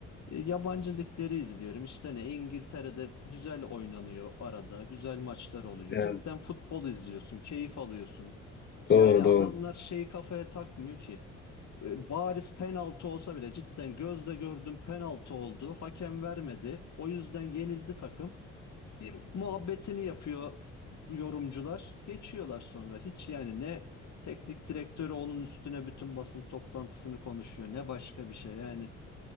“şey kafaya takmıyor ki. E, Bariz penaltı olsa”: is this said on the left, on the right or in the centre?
Left